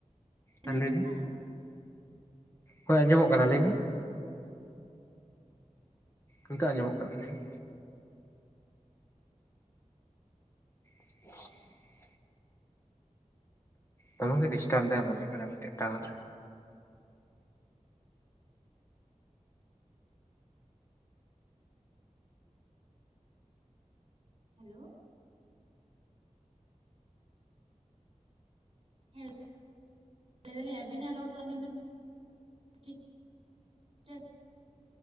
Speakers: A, on the right; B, on the left.
A: ᱵᱤᱱ
B: ᱦᱮᱸ
A: ᱟᱸᱡᱚᱢ
B: ᱞᱟᱹᱭ
A: ᱮᱫᱟ?
B: ᱦᱳᱭ ᱟᱸᱡᱚᱢᱚᱜ ᱠᱟᱱᱟ ᱞᱟᱹᱭᱵᱤᱱ? ᱱᱤᱛᱚ ᱟᱸᱡᱚᱜ ᱠᱟᱱᱟ ᱞᱟᱹᱭᱵᱮᱱ? <unintelligible> ᱫᱚᱢᱮ ᱜᱮ ᱰᱤᱥᱴᱟᱵ ᱫᱟᱭ ᱢᱚᱱᱮ ᱦᱳᱭᱳᱜ ᱠᱟᱱᱟ ᱟᱯᱮᱴᱮᱡ ᱴᱟᱣᱟᱨ᱾
A: ᱦᱮᱞᱳ, ᱦᱮᱸ ᱞᱮ ᱫᱟᱞᱤᱧ ᱟᱵᱤᱱᱟᱜ ᱨᱚᱲ ᱫᱚ ᱟᱞᱤᱧ ᱫᱚ, ᱴᱷᱤᱠ ᱴᱷᱟᱠ